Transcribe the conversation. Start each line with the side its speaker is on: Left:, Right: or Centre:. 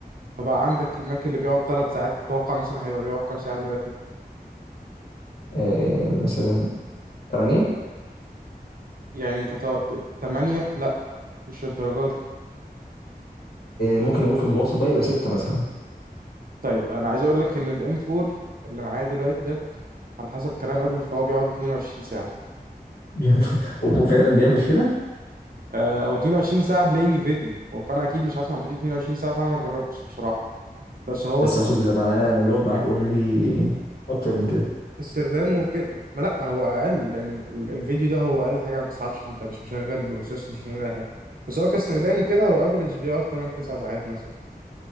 Right: فبقى عندك الماك اللي بيقعد ثلاث ساعات تتوقع مثلا هيبقى بيقعد كام ساعه دلوقتي
Left: آه، مثلا 8
Right: يعني تط- تمانية لا مش الدرجه دي
Left: ممكن نقول في المتوسط بقى يبقى 6 مثلا
Right: طيب انا عايز اقول لك ان الام 4 اللي معايا دلوقتي ده على حسب كلام قبل فهو بيقعد 22
Left: <laughs> وهو فعلا بيعمل كده
Right: آه، هو 22 ساعة بلاينج فيديو فأنا أكيد مش هسمع فيديو 22 ساعة فأنا ما جربتش بصراحة بس هو
Left: بس
Right: است-
Left: اقصد لما انا أنا بيقعد معاك اوريدي اكتر من كده
Right: استخدامه كده ما لا هو أقل لأن ال- الفيديو ده هو أقل حاجة ما بتسحبش أنت مش مشغل بروسيس مش مشغل أي حاجة بس هو كاستخدامه كده هو افريج بيقعد 8 9 ساعات مثلا